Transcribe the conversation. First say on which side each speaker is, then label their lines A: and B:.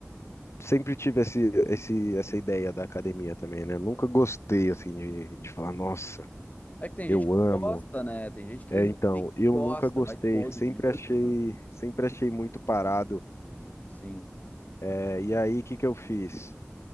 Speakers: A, on the left (about 75°); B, on the left (about 35°).
A: sempre tive esse, esse, essa ideia da academia também, né? Nunca gostei assim de, de falar, nossa,
B: é que tem gente
A: eu
B: que
A: amo.
B: gosta, né? Tem gente que
A: É,
B: realmente
A: então, eu
B: gosta,
A: nunca gostei,
B: vai todo
A: sempre
B: dia.
A: achei,
B: Ah,
A: sempre achei muito parado.
B: Sim.
A: É, e aí, o que que eu fiz?